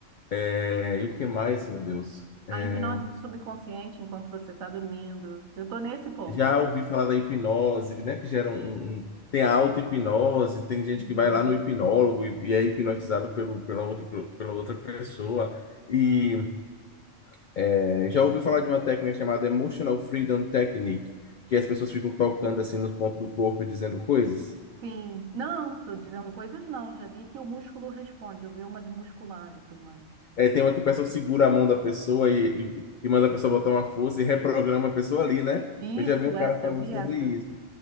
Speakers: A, on the left (about 80°); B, on the right (about 85°).
A: é, e o que mais, meu Deus? É,
B: A hipnose do subconsciente enquanto você está dormindo. Eu tô nesse ponto.
A: Já ouvi falar da hipnose, né? Que gera um, um- um, tem a auto-hipnose, tem gente
B: Uhum.
A: que vai lá no hipnólogo e, e é hipnotizado pelo, pela outra, pela outra pessoa. E é, já ouvi falar de uma técnica chamada Emotional Freedom Technique, que as pessoas ficam tocando assim nos pontos do corpo e dizendo coisas.
B: Sim, não, estou dizendo coisas não. Já vi que o músculo responde. Eu vi uma de muscular e tudo mais.
A: É, tem uma que o pessoal segura a mão da pessoa e, e, e manda a pessoa botar uma força e reprograma a pessoa ali, né?
B: Isso,
A: Eu já vi um
B: essa,
A: cara falando
B: eu vi
A: sobre
B: essa.
A: isso.